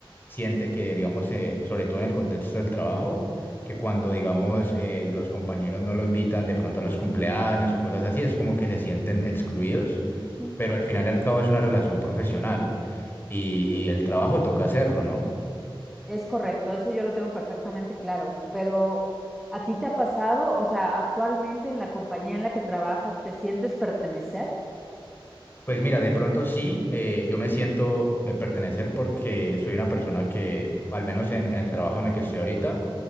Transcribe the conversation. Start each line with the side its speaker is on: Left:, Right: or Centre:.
Left: siente que, digamos, eh, sobre todo en el contexto del trabajo, que cuando, digamos, eh, los compañeros no lo invitan de pronto a los cumpleaños o cosas así, es como que se sienten excluidos,
Centre: Ujú.
Left: pero al final y al cabo es una relación profesional y,
Centre: Sí.
Left: y el trabajo toca hacerlo, ¿no?
Centre: Es correcto, eso yo lo tengo perfectamente claro, pero ¿a ti te ha pasado, o sea, actualmente en la compañía en la que trabajas, ¿te sientes pertenecer?
Left: Pues mira, de pronto sí, eh, yo me siento de pertenecer porque soy una persona que, al menos en, en el trabajo en el que estoy ahorita,